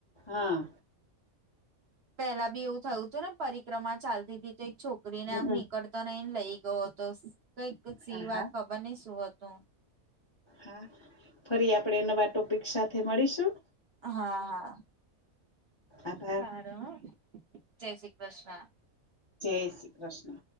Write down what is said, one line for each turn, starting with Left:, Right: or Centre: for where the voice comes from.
Left: હા
Right: પેલા બી એવું થયું હતું ને પરિક્રમા ચાલતી હતી તો એક છોક રીને
Left: હમ
Right: આમ નીકળતો નઈને લઈ ગયો હતો કઈક સી
Left: હા
Right: વાત
Left: હા
Right: ખબર નઈ શું હતું?
Left: હા ફરી આપણેે નવા ટોપિક સાથે મળીશું.
Right: હા હા
Left: આભાર
Right: સ હ જય શ્રી કૃષ્ણ.
Left: જય શ્રી કૃષ્ણ.